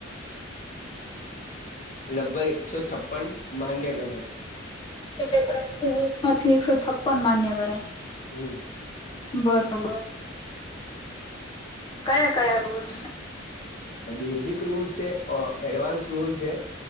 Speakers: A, on the left; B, on the left.
A: લગભગ એકસો છપ્પન માન્ય ગણાય છે.
B: એટલે ત્રણસો વીસમાંથી એકસો છપ્પન માન્ય ગણાય.
A: હમ.
B: બરોબર. કયા કયા રૂલસ છે?
A: બેઝિક રૂલ્સ છે, એડવાન્સ રૂલ્સ છે.